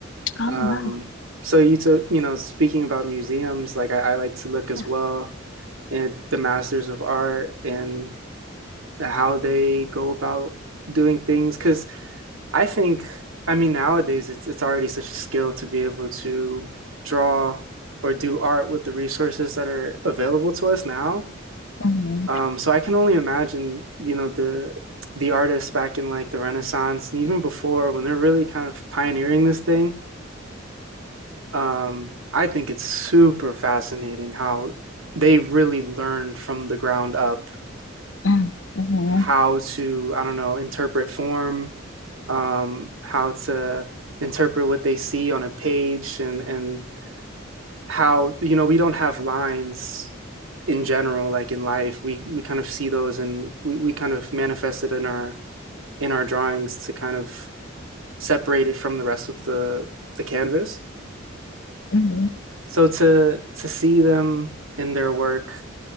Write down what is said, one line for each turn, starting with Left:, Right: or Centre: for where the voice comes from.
Left: Oh
Right: Um,
Left: wow.
Right: so you took, you know, speaking about museums, like I, I like to look as
Left: Yeah.
Right: well at the masters of art and how they go about doing things. Because I think, I mean, nowadays it's it's already such a skill to be able to draw or do art with the resources that are available to us now.
Left: Mm,
Right: Um, so I can only imagine, you know, the the artists back in like the Renaissance and even before when they're really kind of pioneering this thing Um, I think it's super fascinating how they really learned from the ground up
Left: mm, mm,
Right: how to, I don't know, interpret form, um, how to interpret what they see on a page and and how, you know, we don't have lines in general, like in life. We we kind of see those and we, we kind of manifest it in our in our drawings to kind of separate it from the rest of the the canvas.
Left: mm.
Right: So to to see them in their work